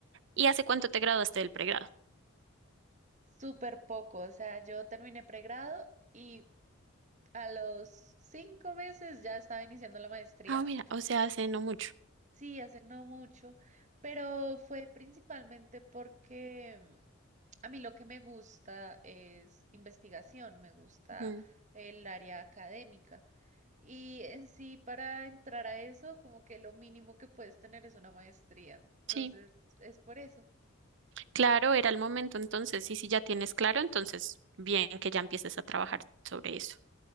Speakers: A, on the right; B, on the right.
A: ¿Y hace cuánto te graduaste del pregrado?
B: Súper poco. O sea, yo terminé pregrado y a los cinco meses ya estaba iniciando la maestría.
A: Ah, mira, o sea, hace no mucho.
B: Sí, hace no mucho, pero fue principalmente porque mm, A mí lo que me gusta es investigación, me gusta
A: Ujú,
B: el área académica. Y en sí, para entrar a eso, como que lo mínimo que puedes tener es una maestría. Entonces,
A: Sí,
B: es por eso.
A: claro, era el momento entonces, y si ya tienes claro, entonces bien que ya empieces a trabajar sobre eso.